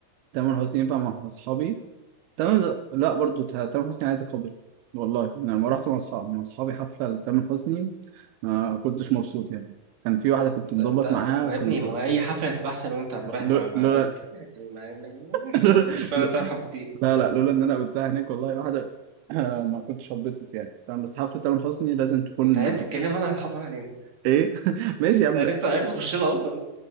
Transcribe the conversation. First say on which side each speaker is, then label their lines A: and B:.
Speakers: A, on the right; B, on the right.
A: تامر حسني ينفع مع اصحابي تامر
B: مم.
A: لا برضو تا- تامر حسني عايز اقابل والله انا لما رحت مع اصحابي مع اصحابي حفله لتامر حسني ما كنتش مبسوط يعني كان في واحدة كنت
B: انت
A: مظبط
B: انت
A: معاها
B: ما هو
A: كنت
B: يا ابني ما هو اي حفله هتبقى احسن وانت رايح
A: لو-
B: مع مع
A: لولا
B: بنت يعني ما... ما...
A: <laughs>
B: <laughs> مش فارقه
A: لو-
B: تروح حفله ايه
A: لا لا لولا إن أنا قابلتها هناك والله واحدة <clears throat> ما كنتش هتبسط يعني فاهم بس حفلة تامر حسني لازم تكون
B: انت عرفت الكلام انا هرحم علينا
A: إيه <laughs> ماشي
B: انت
A: يا عم
B: عرفت عرفت تخش لها اصلا